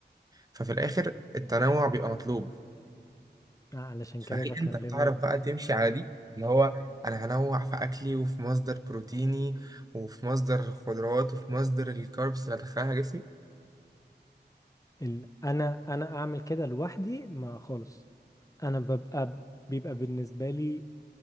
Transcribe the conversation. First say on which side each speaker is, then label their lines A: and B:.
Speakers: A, on the right; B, on the left.
A: ففي الآخر التنوع بيبقى مطلوب
B: آه، علشان كده
A: فهل
B: بكلمك
A: أنت بتعرف بقى تمشي على دي اللي هو أنا هنوع في أكلي وفي مصدر بروتيني وفي مصدر خضروات وفي مصدر الكاربس اللي هدخلها جسمي؟
B: ال... انا انا اعمل كده لوحدي ما خالص انا ببقى بيبقى بالنسبه لي